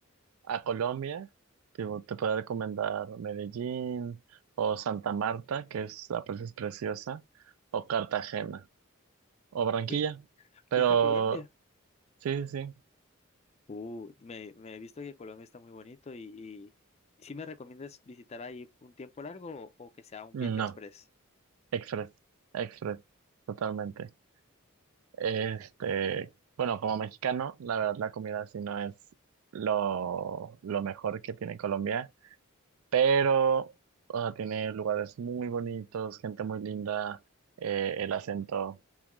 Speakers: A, on the right (about 80°); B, on the left (about 30°).
A: a Colombia, tipo, te puedo recomendar Medellín o Santa Marta, que es la presa es preciosa, o Cartagena. o Barranquilla,
B: ¿Fuis-
A: pero
B: ¿Fuiste a Colombia?
A: sí, sí, sí,
B: Uh, me, me he visto que Colombia está muy bonito y, y ¿sí me recomiendas visitar ahí un tiempo largo o, o que sea un
A: no,
B: viaje express?
A: Express, Express, totalmente. Este, bueno, como mexicano, la verdad la comida sí no es lo, lo mejor que tiene Colombia, pero o sea, tiene lugares muy bonitos, gente muy linda, eh, el acento